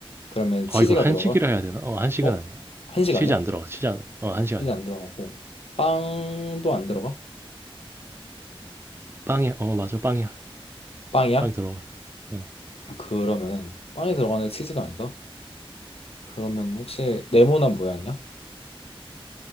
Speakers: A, on the left; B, on the right.
A: 그러면
B: 어
A: 치즈가
B: 이걸 한식이라
A: 들어가?
B: 해야 되나? 어 한식은
A: 어?
B: 아니야.
A: 한식
B: 치즈
A: 아니야?
B: 안 들어가. 치즈 안. 어 한식
A: 치즈
B: 아니야.
A: 안 들어가고 빵도 안 들어가?
B: 빵이야. 어 맞아 빵이야.
A: 빵이야?
B: 빵이 들어가. 어.
A: 그러면은 빵이 들어가는 치즈가 아니다? 그러면 혹시 네모난 모양이야?